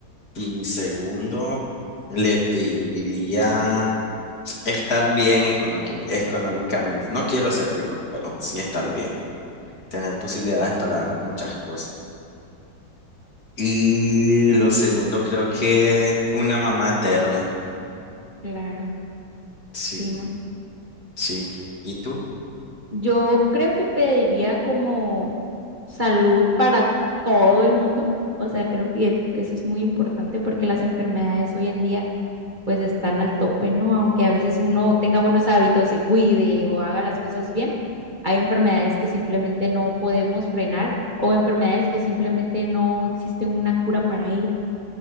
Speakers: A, on the left; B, on the right.
A: y segundo le pediría estar bien econóqui- económicamente. No quiero ser rico, pero sí estar bien, tener posibilidades para muchas cosas. Y lo segundo creo que una mamá eterna.
B: claro,
A: Sí,
B: sí, ¿no?
A: sí. ¿Y tú?
B: Yo creo que pediría como salud para todo el mundo. O sea, creo que eso es muy importante porque las enfermedades hoy en día pues están al tope, ¿no? Aunque a veces uno tenga buenos hábitos, se cuide o haga las cosas bien, hay enfermedades que simplemente no podemos frenar o enfermedades que simplemente no existe una cura para ellas.